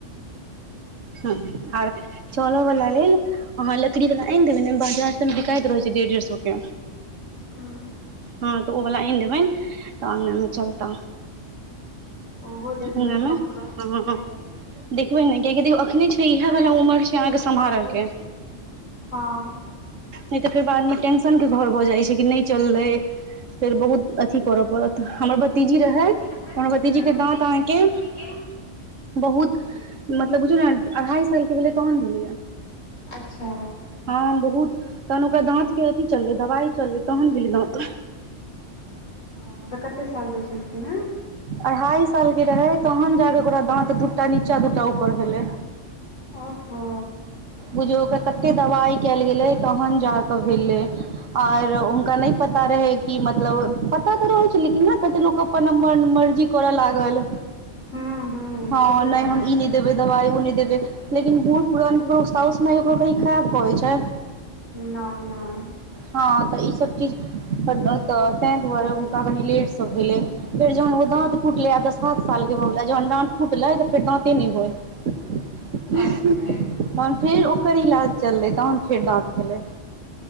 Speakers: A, on the right; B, on the left.
A: हं आर चलऽ वाला लेल अहाँ लकड़ी वाला आनि देबै ने बाजार मे बिकायइत रहैत छै डेढ़ डेढ़ सौ के
B: हँ
A: हँ तऽ ओ वला आनि देबनि तऽ अङगनामे चलता
B: ओहो देखबै
A: ह ने
B: कऽ
A: ह
B: कऽ
A: <unintelligible> देखबे ने कियकि देखूं अखने छै इहै वाला उमर छै अहाँके सम्हार के
B: हँ
A: नहि तऽ फेर बादमे टेंशनके घर भऽ जाइत छै कि नहि चललै फेर बहुत अथी करऽ पड़त हमर भतीजी रहै तऽ
B: फेर
A: हमर भतीजीके
B: हूं भतीजी
A: दाँत
B: के
A: अहाँके
B: कहय तरे के
A: बहुत मतलब बुझौ ने अढ़ाई सालके भेलै तहन भेलैएा
B: अच्छा
A: हँ बहुत तहन ओकरा दाँत के अथी चललै दवाइ चललै तहन भेलै दाँत
B: ओ तऽ कते सालके छलखिन हँ
A: अढ़ाई साल के रहै तहन जाके ओकरा दाँत दूटा नीचा दूटा ऊपर भेलै
B: ओहो
A: बुझियौ ओकरा कते दबाइ कयल गेलै तहन जा कऽ भेलै आर हुनका नहि पता रहै कि मतलब पता तऽ रहैत छै लेकिन ने कतेक लोकक अपन मन मर्जी कर लागल
B: हूँ हूँ
A: हँ
B: ठीके
A: नहि
B: कहलौं
A: हम ई नहि देबे दवाइ ओ नहि देबे लेकिन बहुत पुरान साउस माय ककरो कही खराब कहै छै
B: नय नय
A: हँ तऽ ईसभ चीज तऽ ताहि दुआरे हुनका कनि लेटसँ भेलै फेर जहन ओ दाँत टूटले आब त सात साल के भ गेलै जहन दाँत टूटले त फेर दांते नहि होए
B: अच्छा
A: <unintelligible> तहन फेर ओकर इलाज चललै तहन फेर दाँत भेलै